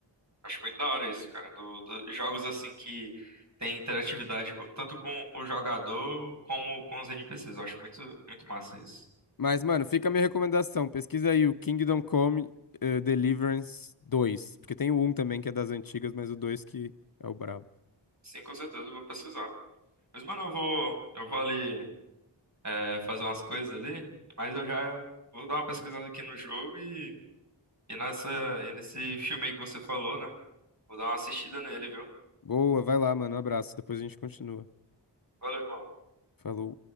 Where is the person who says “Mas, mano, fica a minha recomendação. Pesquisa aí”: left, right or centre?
Left